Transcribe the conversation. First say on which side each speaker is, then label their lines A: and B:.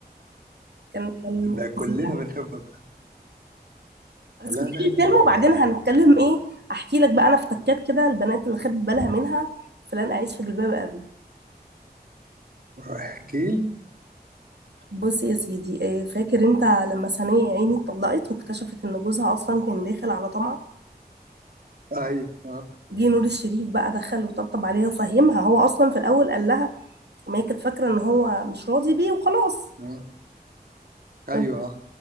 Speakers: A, on the right (about 80°); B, on the right (about 60°).
A: كان كان
B: ده كلنا
A: فظيع
B: بنحب لا
A: بس
B: لا
A: كنت
B: لا
A: في الفيلم
B: لا
A: وبعدين
B: ده
A: هنتكلم ايه احكي لك بقى انا افتكرت كده البنات اللي خدت بالها منها فلان اعيش في جلباب ابي
B: احكي لي
A: بص يا سيدي إيه فاكر انت لما سنية يا عيني اتطلقت واكتشفت ان جوزها اصلا كان داخل على طمع
B: ايوه اه
A: جه نور الشريف بقى دخل وطبطب عليها وفهمها هو اصلا في الاول قال لها ما هي كانت فاكره ان هو مش راضي بيه وخلاص
B: آه. ايوه
A: لما
B: اه